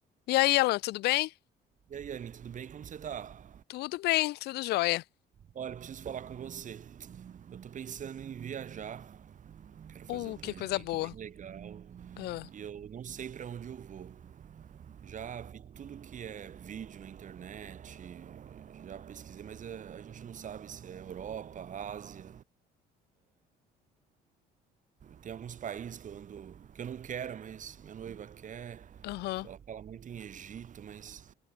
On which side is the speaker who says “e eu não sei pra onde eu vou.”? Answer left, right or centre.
Right